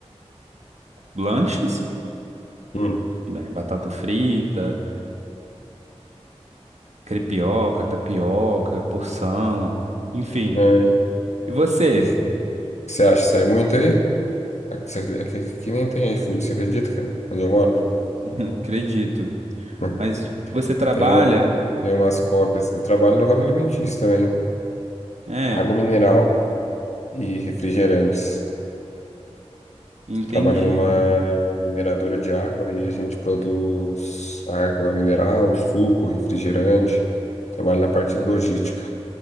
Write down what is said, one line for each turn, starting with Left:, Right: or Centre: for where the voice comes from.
Right: lanches,
Left: Hum.
Right: né, batata frita, crepioca, tapioca, porção, enfim.
Left: É.
Right: E você?
Left: E o que você acha? Sai muito aí? Aqui, aqui- aqui nem tem iFood, você acredita, cara? Onde eu moro?
Right: <laughs> Acredito.
Left: <laughs>
Right: Mas você trabalha?
Left: Tem, uma- tem umas cópias. Eu trabalho no ramo alimentício também.
Right: É,
Left: água mineral e refrigerantes.
Right: entendi.
Left: Trabalho numa mineradora de água e a gente produz água mineral, suco, refrigerante. Trabalho na parte de logística.